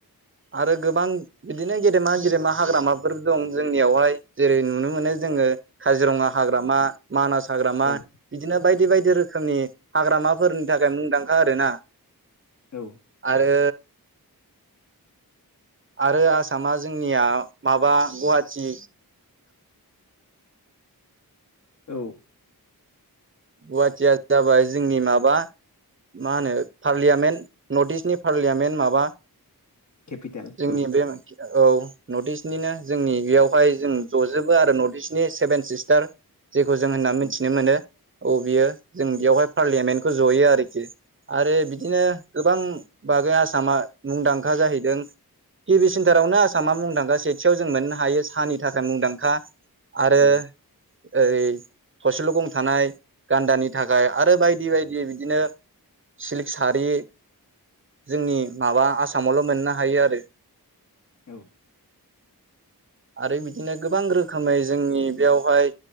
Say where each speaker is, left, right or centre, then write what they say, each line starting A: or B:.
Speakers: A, on the right (about 30°); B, on the left (about 45°).
A: आरो गोबां बिदिनो गेदेमा गेदेमा हाग्रामाफोर दं जोंनियावहाय जे नुनो मोनो जोङो काजिरङा हाग्रामा मानास हाग्रामा
B: औ औ
A: बिदिनो बायदि बायदि बायदि रोखोमनि हाग्रामाफोरनि थाखाय मुंदांखा आरोना
B: औ
A: आरो आरो आसामा जोंनिया माबा गुवाहाटी
B: औ
A: गुवाहाटिया जाबाय जोंनि माबा मा होनो पार्लियामेन्ट नर्थ इस्टनि पार्लियामेन्ट माबा
B: केपिटेल
A: जोंनि
B: औ
A: बे औ नर्थइस्टनिनो जोंनि बेयावहाय जों ज'जोबो आरो नर्थइस्टनि सेभेन सिस्टार जेखौ जों होनना
B: औ
A: मिथिनो मोनो औ बियो जों बेयावहाय पार्लियामेन्टखौ जयो आरोखि आरो बिदिनो
B: औ
A: गोबां बागै आसामा मुंदांखा जाहैदों किबि सेन्टारावनो आसामा मुंदांखा सेथियाव जों मोननो हायो साहानि थाखाय मुंदांखा आरो
B: औ
A: ओरै थसेल' गं थानाय गान्दानि थाखाय आरो बायदि बायदि बिदिनो सिल्क सारि जोंनि माबा आसामावल' मोननो हायो आरो
B: औ
A: आरो बिदिनो गोबां रोखोमै जोंनि बेयावहाय